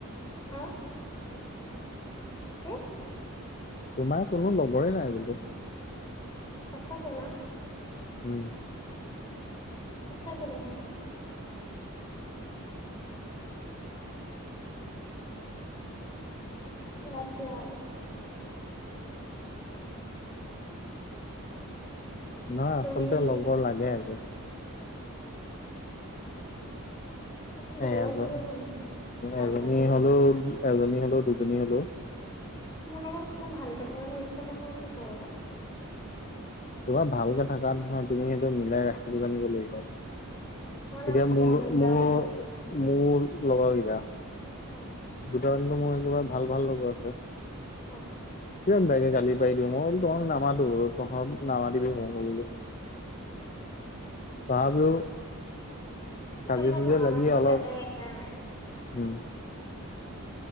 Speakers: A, on the left; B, on the left.
A: হা? কি?
B: তোমাৰ কোনো লগৰে নাই বোলো।
A: সঁচাকে ন?
B: উম।
A: সঁচাকে দেখোন। বাদ দিয়া আৰু।
B: নহয় আচলতে
A: তুমি
B: লগৰ লাগে আক।
A: মানে মোৰ
B: এ
A: লগত
B: এজন
A: কোনো ভালকে
B: এজনী
A: থাকিব
B: হলো এজনী হলো দুজনী হলো
A: মোৰ লগত কোনো ভালকে থাকিব নিবিচাৰিলে মই কি কৰিম ক চোন
B: তোমাৰ ভালকে থাকাত নহয় তুমি সেইটো মিলাই ৰাখিব জানিব লাগিব।
A: মানে
B: এতিয়া মোৰ
A: উম বুজাব
B: মোৰ মোৰ লগৰকেইটা
A: অ।
B: দুটা মানটো মই একেবাৰে ভাল ভাল লগৰ আছে।
A: অ।
B: কিমান বেয়াকে গালি পাৰি দিওঁ, মই বোলো তহঁতক নামাতো তহঁত নামাতিবি মোক <unintelligible>
A: <inaudible>
B: তথাপিও কাজিয়া
A: তোমালোকৰ
B: চাজিয়া
A: ল'ৰা
B: লাগি
A: মানুহ
B: অলপ
A: বেলেগ জানা নাই!
B: উম।